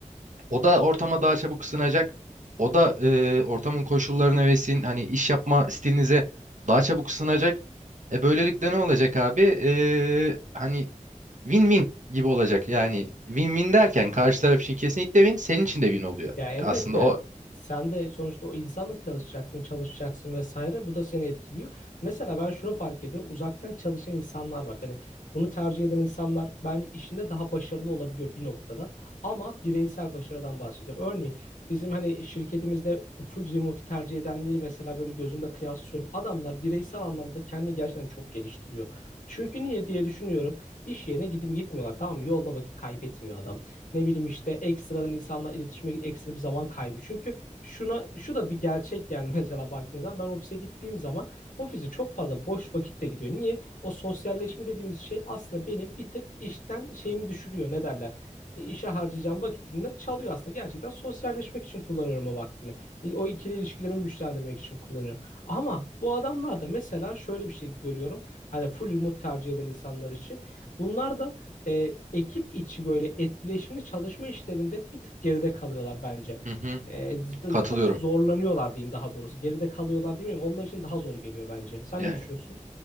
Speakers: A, on the right; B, on the left.
A: o da ortama daha çabuk ısınacak. O da e, ortamın koşullarına ve sizin hani iş yapma stilinize daha çabuk ısınacak. E, böylelikle ne olacak abi? E, hani win-win gibi olacak. Yani win-win derken karşı taraf için kesinlikle win, senin için de win oluyor
B: Ya elbette
A: aslında o
B: sen de sonuçta o insanla tanışacaksın, çalışacaksın vesaire. Bu da seni etkiliyor. Mesela ben şunu fark ediyorum. Uzaktan çalışan insanlar bak hani bunu tercih eden insanlar bence işinde daha başarılı olabiliyor bir noktada. Ama bireysel başarıdan bahsediyorum. Örneğin bizim hani şirketimizde full remote tercih edenleri mesela böyle gözümde kıyaslıyorum. Adamlar bireysel anlamda kendini gerçekten çok geliştiriyor. Çünkü niye diye düşünüyorum. İş yerine gidip gitmiyorlar tamam mı? Yolda vakit kaybetmiyor adam. Ne bileyim işte ekstradan insanla iletişime ekstra bir zaman kaybı. Çünkü şuna şu da bir gerçek yani <laughs> mesela baktığınız zaman ben ofise gittiğim zaman ofise çok fazla boş vakit de gidiyor. Niye? O sosyalleşme dediğimiz şey aslında benim bir tık işten şeyimi düşürüyor. Ne derler? E, işe harcayacağım vakitimden çalıyor aslında. Gerçekten sosyalleşmek için kullanıyorum o vaktimi. E, O ikili ilişkilerimi güçlendirmek için kullanıyorum. Ama bu adamlar da mesela şöyle bir şey görüyorum. Hani full remote tercih eden insanlar için. Bunlar da e, ekip içi böyle etkileşimli çalışma işlerinde bir tık geride kalıyorlar bence.
A: Hı hı,
B: E, z-
A: katılıyorum.
B: biraz zorlanıyorlar diyeyim daha doğrusu. Geride kalıyorlar değil mi? Onlar için daha zor geliyor bence. Sen
A: Yani
B: ne düşünüyorsun?